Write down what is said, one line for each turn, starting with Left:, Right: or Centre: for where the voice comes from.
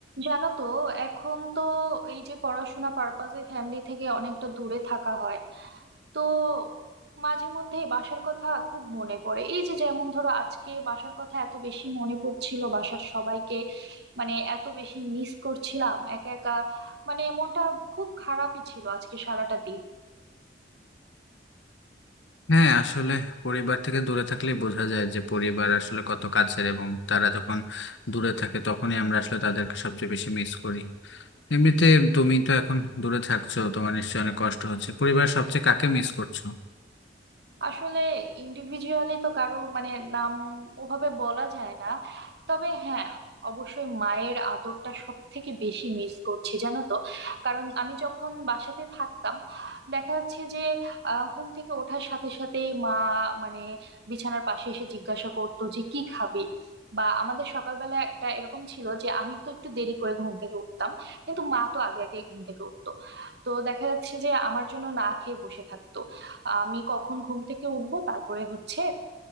Right: জানো তো এখন তো এই যে পড়াশোনা পারপাসে ফ্যামিলি থেকে অনেকটা দূরে থাকা হয় তো মাঝে মধ্যে বাসার কথা খুব মনে পড়ে এই যে যেমন ধরো আজকে বাসার কথা এত বেশি মনে পড়ছিল বাসার সবাইকে মানে এত বেশি মিস করছিলাম একা একা মানে মনটা খুব খারাপই ছিল আজকে সারাটা দিন
Left: হ্যাঁ আসলে পরিবার থেকে দূরে থাকলে বোঝা যায় যে পরিবার আসলে কত কাছের এবং তারা যখন দূরে থাকে তখনই আমরা আসলে তাদেরকে সবচেয়ে বেশি মিস করি এমনিতে তুমি তো এখন দূরে থাকছো তোমার নিশ্চয়ই অনেক কষ্ট হচ্ছে পরিবারের সবচেয়ে কাকে মিস করছো
Right: আসলে ইন্ডিভিজুয়ালি তো কারো মানে নাম ওভাবে বলা যায় না তবে হ্যাঁ অবশ্যই মায়ের আদরটা সব থেকে বেশি মিস করছি জানো তো কারণ আমি যখন বাসাতে থাকতাম দেখা যাচ্ছে যে আহ, ঘুম থেকে ওঠার সাথে সাথে মা মানে বিছানার পাশে এসে জিজ্ঞাসা করতো যে কি খাবি বা আমাদের সকালবেলা একটা এরকম ছিল যে আমি তো একটু দেরি করে ঘুম থেকে উঠতাম কিন্তু মা তো আগে আগেই ঘুম থেকে উঠতো তো দেখা যাচ্ছে যে আমার জন্য না খেয়ে বসে থাকতো আমি কখন ঘুম থেকে উঠবো তারপরে হচ্ছে